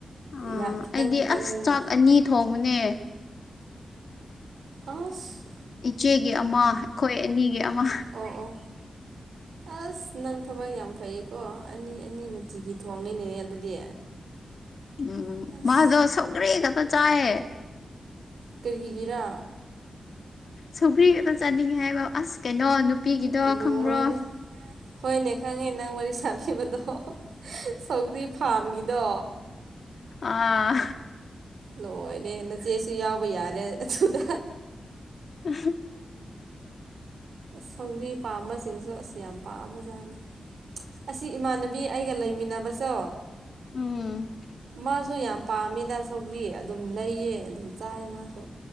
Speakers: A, on the left (about 60°); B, on the right (about 80°).
A: ꯑꯥ
B: ꯌꯥꯝ ꯈꯤꯇꯪ
A: ꯑꯩꯗꯤ
B: ꯈꯤꯇꯪꯅꯤꯅ
A: ꯑꯁ ꯆꯥꯛ ꯑꯅꯤ ꯊꯣꯡꯕꯅꯦ
B: ꯑꯥꯁ
A: ꯏꯆꯦꯒꯤ ꯑꯃ ꯑꯩꯈꯣꯏ ꯑꯅꯤꯒꯤ ꯑꯃ
B: ꯑꯣ ꯑꯣ ꯑꯁ ꯅꯪ ꯊꯕꯛ ꯌꯥꯝ ꯐꯩꯌꯦꯀꯣ ꯑꯅꯤ ꯑꯅꯤ ꯅꯨꯡꯇꯤꯒꯤ ꯊꯣꯡꯉꯤꯅꯦ ꯑꯗꯨꯗꯤ
A: ꯑꯝꯎꯝ
B: ꯑꯁ
A: ꯃꯥꯗ ꯁꯒꯔꯤ ꯗ ꯆꯥꯏꯍꯦ
B: ꯀꯔꯤꯍꯤꯒꯔꯥ
A: ꯁꯧꯒ꯭ꯔꯤ ꯒꯗ ꯆꯥꯅꯤꯡꯉꯤ ꯍꯥꯏꯕ ꯑꯁ ꯀꯩꯅꯣ ꯅꯨꯄꯤꯒꯤꯗꯣ
B: ꯂꯣꯏꯔꯦ
A: ꯈꯪꯕ꯭ꯔꯣ
B: ꯍꯣꯏꯅꯦ ꯈꯪꯉꯦ ꯅꯪ ꯋꯥꯔꯤ ꯁꯥꯕꯤꯕꯗꯣ ꯁꯧꯒ꯭ꯔꯤ ꯐꯥꯔꯝꯒꯤꯗꯣ
A: ꯑꯥ
B: ꯂꯣꯏꯅꯦ ꯅꯆꯦꯁꯨ ꯌꯥꯎꯕ ꯌꯥꯔꯦ ꯑꯗꯨꯗ
A: ꯑꯝꯍꯝ
B: ꯁꯧꯒꯔꯤ ꯄꯥꯝꯕꯁꯤꯡꯁꯨ ꯑꯁ ꯌꯥꯝ ꯄꯥꯝꯃꯖꯥꯅꯤ ꯑꯁꯤ ꯏꯃꯥꯟꯅꯕꯤ ꯑꯩꯒ ꯂꯩꯃꯤꯟꯅꯕꯁꯣ
A: ꯎꯝ
B: ꯃꯥ ꯁꯨ ꯌꯥꯝ ꯄꯥꯝꯃꯤꯗ ꯁꯧꯒ꯭ꯔꯤ ꯑꯗꯨꯝ ꯂꯩꯌꯦ ꯑꯗꯨꯝ ꯆꯥꯏ ꯃꯥꯁꯨ